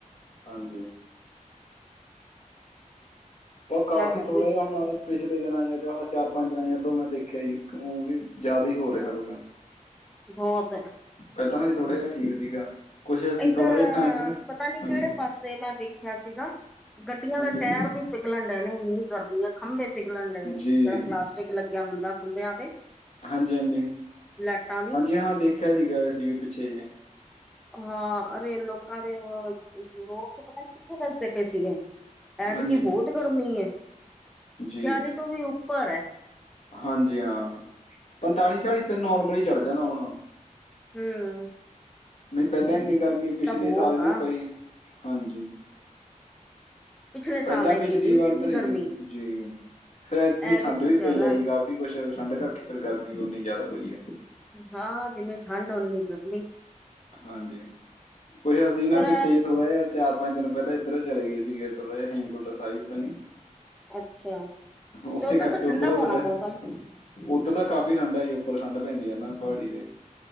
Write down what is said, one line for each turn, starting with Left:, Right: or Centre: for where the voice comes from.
Left: ਹਾਂਜੀ। ਪਰ
Centre: ਕਿਆ
Left: ਕਾਫੀ
Centre: ਕਰੀਏ
Left: ਥੋੜਾ ਜਿਹਾ ਹ ਪਿਛਲੇ ਦਿਨਾਂ ਆ ਚ ਚਾਰ ਪੰਜ ਦਿਨ ਆਈਆਂ ਤੋ ਮੈਂ ਦੇਖਿਆ ਜੀ ਵੀ ਜਿਆਦਾ ਹੀ ਹੋ ਰਿਹਾ ਕੁਛ
Centre: ਬਹੁਤ
Left: ਕੱਦਾ ਅੇ ਥੋੜਾ ਜਿਹਾ ਠੀਕ ਸੀਗਾ। ਕੁਛ ਅਸੀਂ
Centre: ਇੱਧਰ
Left: ਥੋੜ੍ਹਾ ਜਿਹਾ ਇੱਧਰ
Centre: ਪਤਾ ਨੀ
Left: ਹਾਂਜੀ
Centre: ਕਿਹੜੇ ਪਾਸੇ ਮੈਂ ਦੇਖ ਦੇਖਿਆ ਸੀਗਾ, ਗੱਡੀਆਂ
Left: ਹਾਂਜੀ
Centre: ਦੇ ਟਾਇਰ ਵੀ ਪਿਘਲਣ ਡਏ ਨੇ ਇੰਨੀ ਗਰਮੀ ਏ ਖੰਭੇ ਪਿਘਲਣ ਡਏ ਨੇ
Left: ਜੀ
Centre: ਜਿਹੜਾ ਪਲਾਸਟਿਕ ਲਗਿਆ ਹੁੰਦਾ ਖੰਭਿਆਂ ਤੇ-
Left: ਹਾਂਜੀ- ਹਾਂਜੀ-
Centre: ਲਾਈਟਾਂ ਦੀ
Left: ਹਾਂਜੀ ਹਾਂ ਦੇਖਿਆ ਸੀਗਾ ਅਸੀ ਵੀ ਪਿਛੇ ਜਿ-
Centre: ਹਾਂ ਅਰੇ ਲੋਕਾ ਦੇ ਯੂਰੋਪ ਚ ਪਤਾ ਨੀ ਕਿਥੇ ਦੱਸਦੇ ਪਏ ਸੀਗੇ। ਐਤਕੀ
Left: ਹਾਂਜੀ
Centre: ਬੋਤ ਗਰਮੀ ਏ।
Left: ਜੀ
Centre: ਛਿਆਲੀ ਤੋ ਵੀ ਉਪਰ ਐ।
Left: ਹਾਂਜੀ ਹਾਂ। ਪੰਤਾਲੀ ਛਿਆਲੀ ਤੇ ਨੋਰਮਲੀ ਚੜ੍ਹ ਜਾਦਾ ਹੁਣ।
Centre: ਹੂੰਅ।
Left: ਮੀ ਪੈਲਾਂ ਏਨੀ ਗਰਮੀ ਪਿਛਲੇ
Centre: ਬਹੁਤ
Left: ਸਾਲ ਵੀ
Centre: ਆ
Left: ਪਈ। ਹਾਂਜੀ-
Centre: ਪਿਛਲੇ ਸਾਲ
Left: ਪੈਲਾਂ
Centre: ਇੰਨੀ
Left: ਪਿਛਲੀ
Centre: ਨਹੀਂ
Left: ਵਾਰ
Centre: ਸੀਗੀ
Left: ਤਰ‌ਈਂ
Centre: ਗਰਮੀ
Left: ਜੀ- ਫੇਰ ਐਤਕੀਂ
Centre: ਐਤਕੀ
Left: ਠੰਡ ਵੀ
Centre: ਜ਼ਿਆਦਾ
Left: ਪਈ ਆ ਜੀ, ਕਾਫੀ ਕੁੱਛ ਠੰਢ ਕਰਕੇ ਫਿਰ ਗਰਮੀ ਵੀ ਓਨੀ ਜਾਦਾ ਹੋਈ ਐ।
Centre: ਹਾਂ ਜਿਨੀ ਠੰਡ ਓਨੀ ਗਰਮੀ।
Left: ਹਾਂਜੀ ਕੁਛ ਅਸੀ ਨਾ
Centre: ਪਰ
Left: ਪਿਛੇ ਜੇ ਥੋੜਾ ਜਿਆ- ਚਾਰ ਪੰਜ ਦਿਨ ਪੈਲਾ ਏਧਰ ਚਲੇ ਗੇ ਸੀਗੇ, ਥੋੜਾ ਜਿਆ ਹੈਮਕੁੰਡ ਸਾਇਬ ਕਨੀ।
Centre: ਅੱਛਾ।
Left: ਓਸੇ
Centre: ਤੇ ਉੱਧਰ
Left: ਕਰਕੇ
Centre: ਤਾਂ ਠੰਡਾ
Left: ਓਧਰੋ
Centre: ਹੋਣਾ
Left: ਥੋੜੇ-
Centre: ਮੌਸਮ
Left: ਓਧਰ ਤਾਂ ਕਾਫ਼ੀ ਠੰਡਾ ਆ ਈ। ਉਪਰ ਠੰਢ ਪੈਂਦੀ ਐ ਨਾ ਪਾੜੀ ਤੇ-